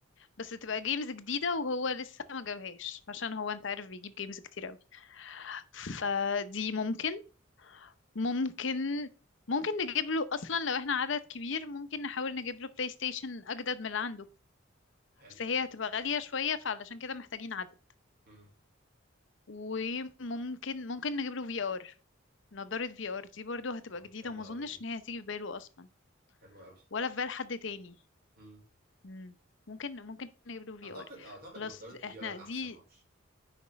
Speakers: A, on the left; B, on the right.
A: بس تبقى جيمز جديدة وهو لسه ما جابهاش عشان هو انت عارف بيجيب جيمز كتير قوي
B: اوكي
A: فدي ممكن ممكن ممكن نجيب له اصلا لو احنا عدد كبير ممكن نحاول نجيب له بلاي ستيشن اجدد من اللي عنده
B: حلو
A: بس هي هتبقى غالية شوية فعلشان كده محتاجين عدد
B: امم
A: وممكن ممكن نجيب له في ار نضارة في ار دي برضو هتبقى
B: اه
A: جديدة
B: حلوة
A: وما اظنش
B: قوي دي
A: ان هي هتيجي في باله اصلا
B: حلوة قوي
A: ولا في بال حد تاني
B: امم
A: مم. ممكن ممكن نجيب له في
B: اعتقد
A: ار
B: اعتقد
A: خلاص
B: نظارة في
A: احنا
B: ار احسن
A: دي
B: اوبشن